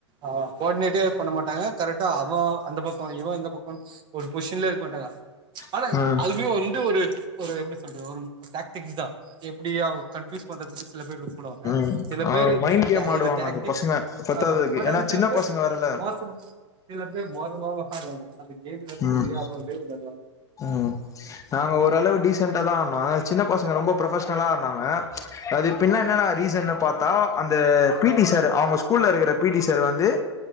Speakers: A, on the right (about 30°); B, on the left (about 20°).
A: ஆஹ கோஆர்டினேட்யே பண்ண மாட்டாங்க கரெக்டா அவ அந்த பக்ககோ இவ இந்த பக்ககோ ஒன்ஸ் ஒரு பொசிஷன்ல இருக்க மாட்டாங்க ஆனா
B: ம்
A: அதுமே வந்து ஒரு ஒரு எப்படி சொல்றது <unintelligible> டேட்டிக்ஸ்தான் எப்படியே அவங்க கன்ஃயூஸ் பண்றதுக்கு சில பேர் விருப்ப படுவாங்க
B: ம்
A: சில
B: ஆ
A: பேர்க
B: மைண்ட் கேம்
A: ஆ
B: ஆடுவாங்க
A: இது டேட்டிக்
B: அந்த பசங்க பத்தாததுக்கு
A: ஆமா பட்
B: ஏன்னா
A: ஆனா சில
B: சின்ன
A: பேர்
B: பசங்க வேறல்ல
A: மோசமா சில பேர் மோசமவாலா விளையாடுவாங்க <unintelligible> கேம் இது
B: ம்
A: தெரியாமலே இருந்திருக்கலா
B: ம் நாங்க ஓரளவு டீசன்ட் ஆனா சின்ன பசங்க ரொம்ப ப்ரொபஷன்லா ஆடுனாங்க ச்சு அதாது பின்ன என்னன்ன ரீசன் பாத்தா அந்த பி டி சார் அவங்க ஸ்கூல இருக்க பி டி சார் வந்து